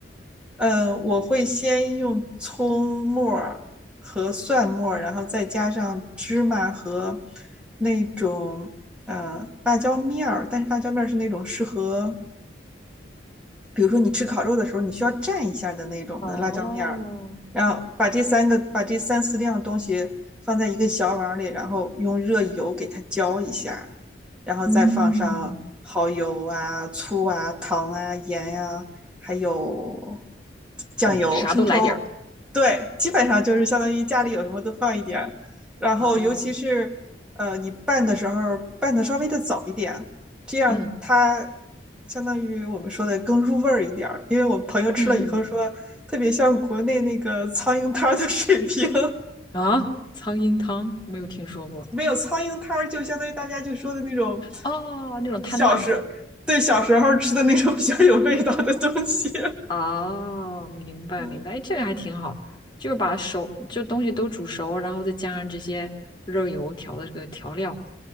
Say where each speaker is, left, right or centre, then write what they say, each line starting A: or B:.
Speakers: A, in the centre; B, on the left.
A: 呃，我会先用葱末儿和蒜末儿，然后再加上芝麻和那种呃辣椒面儿，但是辣椒面儿是那种适合比如说你吃烤肉的时候，你需要蘸一下的那种的辣椒面儿，
B: 哦，
A: 然后把这三个把这三四样东西放在一个小碗里，然后用热油给它浇一下，然后再放上蚝油啊、
B: 嗯，
A: 醋啊、糖啊、盐啊，还有酱油、
B: 懂了，啥都来点儿。
A: 生抽，对，基本上就是相当于家里有什么都放一点儿，然后尤其是呃你拌的时候拌的稍微的早一点，
B: 哦，
A: 这样它
B: 嗯
A: 相当于我们说的更入味儿一点儿。因为我朋友吃了以后说，
B: 嗯
A: 特别像国内那个苍蝇摊儿的水平，
B: 嗯，啊，苍蝇汤没有听说过。
A: 没有苍蝇摊儿，就相当于大家就说的那种
B: 哦，那种摊档。
A: 小时对小时候吃的那种比较有味道的东西。
B: 哦，明白明白，
A: 嗯，
B: 哎，这个还挺好，就是把熟就东西都煮熟，然后再加上这些热油调的这个调料，